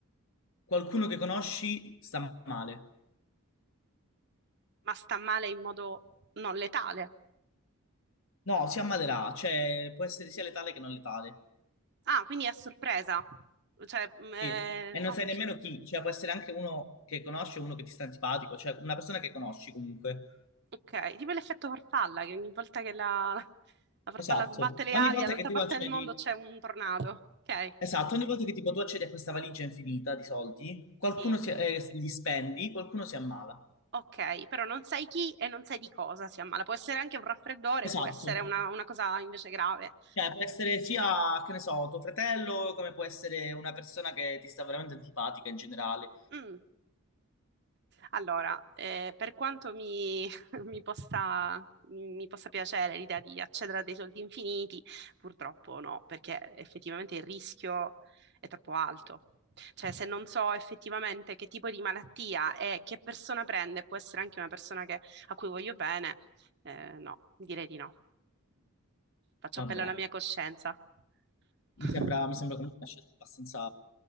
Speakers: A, on the left (about 65°); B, on the right (about 50°).
A: qualcuno che conosci sta male.
B: Ma sta male in modo non letale.
A: No, si ammalerà, cioè può essere sia letale che non letale.
B: Ah, quindi è a sorpresa. Cioè, mm,
A: Sì,
B: eh,
A: e non
B: ok.
A: sai nemmeno chi, cioè può essere anche uno che conosci e uno che ti sta antipatico, cioè una persona che conosci comunque.
B: Ok, tipo l'effetto farfalla, che ogni volta che la, <laughs> la farfalla
A: Esatto.
B: sbatte le
A: Ogni
B: ali,
A: volta
B: dall'altra
A: che tu
B: parte
A: accedi,
B: del mondo c'è un tornado. Ok,
A: esatto, ogni volta che tipo tu accedi a questa valigia infinita di soldi, qualcuno
B: sì.
A: si, eh, li spendi, qualcuno si ammala.
B: Ok, però non sai chi e non sai di cosa si ammala. Può essere anche un raffreddore,
A: Esatto.
B: può essere una, una cosa invece grave.
A: Cioè può essere sia, che ne so, tuo fratello, come può essere una persona che ti sta veramente antipatica in generale.
B: Mm, Allora, eh, per quanto mi, <laughs> mi possa, mi possa piacere l'idea di accedere a dei soldi infiniti, purtroppo no, perché effettivamente il rischio è troppo alto. Cioè, se non so effettivamente che tipo di malattia e che persona prende, può essere anche una persona che- a cui voglio bene, eh, no, direi di no. Faccio
A: Vabbè.
B: appello alla mia coscienza. <laughs>
A: Mi sembra, mi sembra comunque una scelta abbastanza